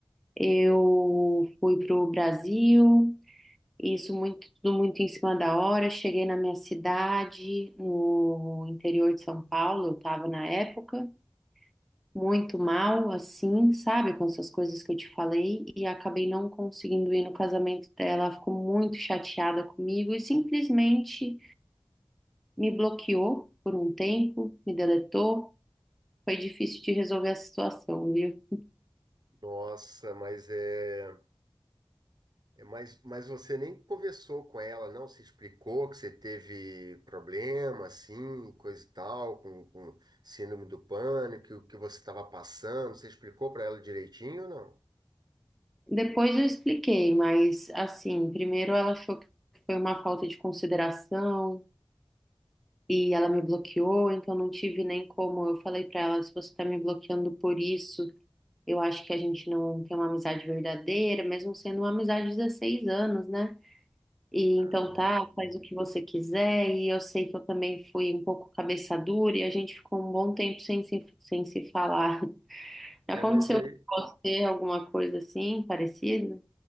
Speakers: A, in the centre; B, on the right.
A: Eu fui pro Brasil, isso muito, tudo muito em cima da hora. Cheguei na minha cidade, no interior de São Paulo, eu estava na época, muito mal, assim, sabe, com essas coisas que eu te falei, e acabei não conseguindo ir no casamento dela. Ela ficou muito chateada comigo e simplesmente. Me bloqueou por um tempo, me deletou. Foi difícil de resolver a situação, viu?
B: Nossa, mas é, é mas, mas você nem conversou com ela, não? Se explicou que você teve problema, assim, coisa e tal, com, com síndrome do pânico, que o que você estava passando, você explicou para ela direitinho ou não?
A: Depois eu expliquei, mas assim, primeiro ela achou que foi uma falta de consideração e ela me bloqueou, então não tive nem como. Eu falei pra ela, se você tá me bloqueando por isso, eu acho que a gente não tem uma amizade verdadeira, mesmo sendo uma amizade de 16 anos, né? E então
B: Ah, não.
A: tá, faz o que você quiser. E eu sei que eu também fui um pouco cabeça dura e a gente ficou um bom tempo sem se, sem se falar. <laughs>
B: É,
A: Aconteceu
B: mas aí,
A: com você alguma coisa assim, parecida?